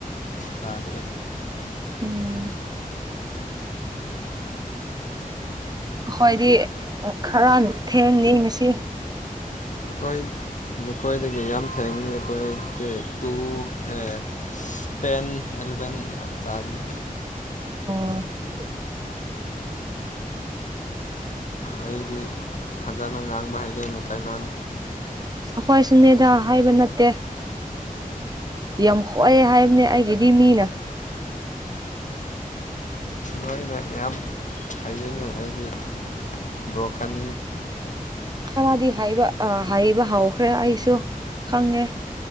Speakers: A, on the left; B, on the right.
A: ꯆꯥꯗꯒ
B: ꯎꯝ ꯑꯩꯈꯣꯏꯗꯤ ꯈꯔ ꯊꯦꯡꯅꯩ ꯉꯁꯤ
A: ꯑꯩꯈꯣꯏ ꯅꯈꯣꯏꯗꯒꯤ ꯌꯥꯝ ꯐꯦꯡꯅꯤ ꯑꯩꯈꯣꯏꯁꯦ ꯇꯨ ꯑꯦ ꯇꯦꯟ ꯑꯦꯂꯚꯦꯟ ꯆꯥꯒꯅꯤ
B: ꯑ <unintelligible> <inaudible>
A: ꯑꯩꯗꯤ ꯐꯖꯅ ꯉꯥꯡꯕ ꯍꯩꯇꯦ ꯃꯩꯇꯩꯂꯣꯟ
B: ꯑꯩꯈꯣꯏ ꯁꯨꯅꯦꯗꯥ ꯍꯥꯏꯕ ꯅꯠꯇꯦ ꯌꯥꯝ ꯍꯣꯛꯑꯦ ꯍꯥꯏꯕꯅꯦ ꯑꯩꯒꯤꯗꯤ ꯃꯤꯅ
A: ꯅꯣꯏꯅ ꯌꯥꯝ ꯍꯥꯏꯖꯅꯤꯡ ꯑꯩꯁꯦ ꯕ꯭ꯔꯣꯀꯟ
B: ꯈꯔꯗꯤ ꯍꯥꯏꯕ ꯑ ꯍꯥꯏꯕ ꯍꯧꯈ꯭ꯔꯦ ꯑꯩꯁꯨ ꯈꯪꯉꯦ